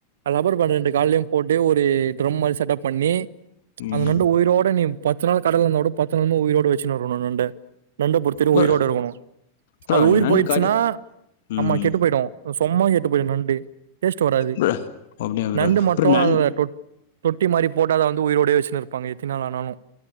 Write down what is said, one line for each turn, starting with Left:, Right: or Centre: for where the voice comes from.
Right: லப்பர் பேண்டை ரெண்டு கால்லயும் போட்டு ஒரு ட்ரம் மாரி செட்டப் பண்ணி அந்த
Left: ம்
Right: நண்டு உயிரோட நீ பத்துநாள் கடல்ல இருந்தாலு பத்து நாள் உயிரோட வச்சுனு வரணு நண்ட நண்ட பொறுத்த வரைக்கு
Left: ப்ரோ
Right: உயிரோடு இருக்கணு
Left: ப்ரோ
Right: அது உயிர்
Left: நண்டு
Right: போயிடுச்சுனா
Left: காடி ம்
Right: ஆமா கெட்டு போயிடு சும்மா கெட்டுபோயிடு நண்டு டேஸ்ட் வராது
Left: ப்ரோ அப்டியா ப்ரோ
Right: நண்டு மட்டு
Left: ப்ரோ நண்
Right: அப் தொட்டி மாரி போட்டு அதை வந்து வந்து உயிரோடே வச்சுப்பாங்க எத்தனை நாள் ஆனாலு